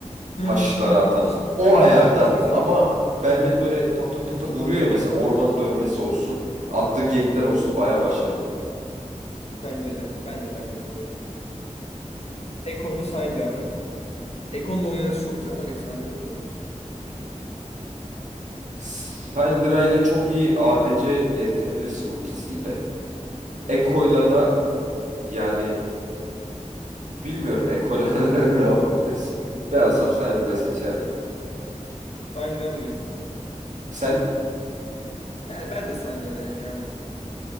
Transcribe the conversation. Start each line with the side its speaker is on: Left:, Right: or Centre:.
Left: Hı
Right: taşları
Left: hı hı hı.
Right: atan.
Left: Hiç,
Right: O ayarda
Left: hiç kimsenin
Right: ama Belvet böyle tak tak tak tak vuruyor ya mesela orman dönmesi olsun, attığı gankler olsun baya başarılı.
Left: bence de. Ben de Velvet diyorum. Ekko mu Syndra mı? Ekko'nun oynanışı çok güzel. Ama geç Syndra'nın da oynanışı çok güzel.
Right: Syndra ile çok iyi ADC eritebilirsin ultisiyle.
Left: Hı
Right: Ekko'yla
Left: hı.
Right: da yani bilmiyorum Ekko'yla <laughs> ne yapabilirsin. Ben olsam Syndra seçerdim.
Left: Syndra mı diyorsun?
Right: Sen
Left: Yani ben de Syndra derim ya.